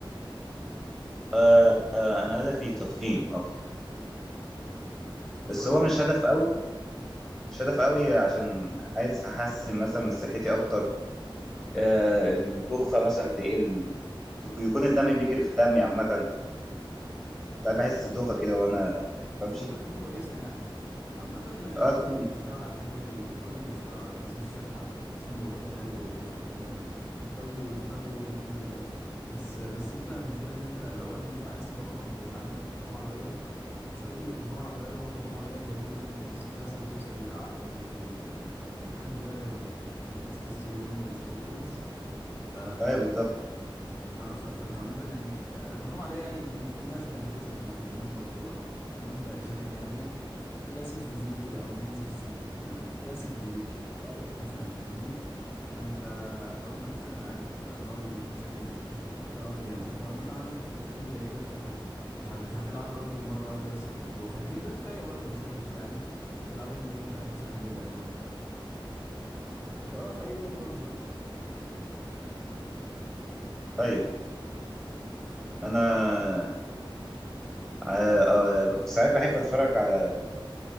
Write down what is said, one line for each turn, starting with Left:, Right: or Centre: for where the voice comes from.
Centre: آه آه، انا هدفي تضخيم اكتر
Left: ترفيع
Centre: بس هو
Left: بقى
Centre: مش هدف قوي مش هدف قوي عشان عايز احسن مثلا من صحتي اكتر آه الدوخه مثلا تقل يكون الدم بيجري في دمي عامه ساعات بحس بدوخة كده وأنا بمشي
Left: صحتك تكون كويسة يعني عامة
Centre: اه
Left: الكارديو
Centre: تكون
Left: بيشتغل على الحاجات دي الكارديو بيشتغل على تحسين الصحة وتحسين ضربات القلب وضخ الدم يعني الكارديو الكارديو جميل جدا بس بس انت المشكلة ان انت لو واحد مثلا عايز تضخم ويبقى عندك ضخامة عضلية مش قصدي بالضخامه العضليه اللي هو ضخامه عضليه زي بيج رامي انت مستحيل اصلا توصل للع... لل... لل... يعني الحجم ده غير بت... بالتستوستيرون والاستيرويدز ف...
Centre: ايوه بالظبط
Left: آه، ف... فانت عامه يعني آه، آه، الضخامه العضليه يعني م- مناسبه لجسمك مثلا مناسبه لطولك مناسبه لشكلك يعني ايه ف- كلاسيك فيزيك كده او مينز فيزيك فاهم كلاسيك فيزيك
Centre: ايوه
Left: مثلا فاهمني فانت او مثلا اقل فبرضه بيكون شكل الجسم حلو ده قصدي يعني فانت لو مثلا هدفك التضخيم زي كده فانت هت هتلعب كارديو مره واحده بس في الاسبوع فاهمني وده كفايه برضه مش وحش يعني بتلعبها يوم الرجل عشان تسخن رجلك وكده او تلعبها في اي يوم برضه براحتك
Centre: ايوه انا آه، آه، ساعات بحب اتفرج على